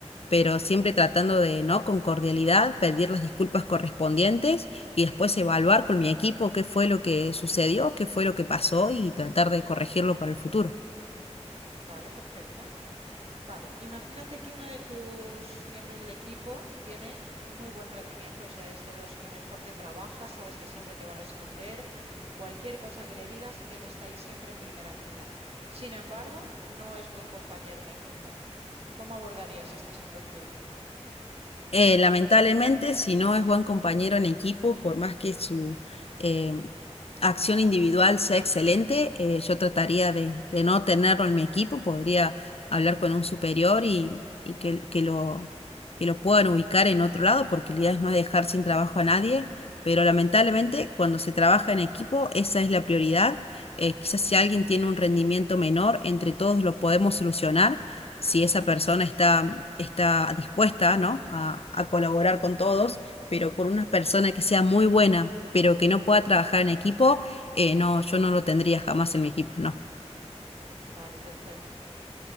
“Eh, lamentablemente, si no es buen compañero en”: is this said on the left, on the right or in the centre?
Left